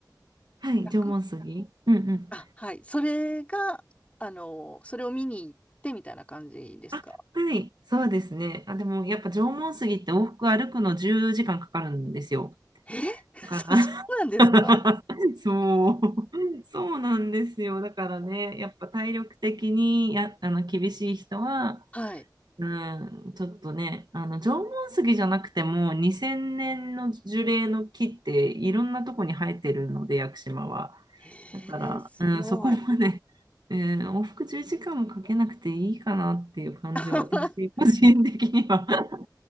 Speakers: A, on the right (about 70°); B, on the left (about 20°).
A: はい。
B: 屋久、
A: 縄文杉。うんうん。
B: あ、はい。それが、あの、それを見に行ってみたいな感じですか
A: あ、はい。そうですね。あ、でもやっぱ縄文杉って往復歩くの10時間かんかかるんですよ。
B: え <laughs>
A: だから
B: そ、そうなんですか
A: <laughs> <laughs> そう、<laughs> そうなんですよ。だからね、やっぱ体力的にや、あの厳しい人は、
B: はい。
A: うん、ちょっとね、あの縄文杉じゃなくても2000年の樹齢の木っていろんなとこに生えてるので、屋久島は。
B: へえ、
A: だから、
B: すごい。
A: うん、そこまで、<laughs> うん、往復10時間もかけなくていいかなっていう感じは私個人的には
B: <laughs>
A: <laughs>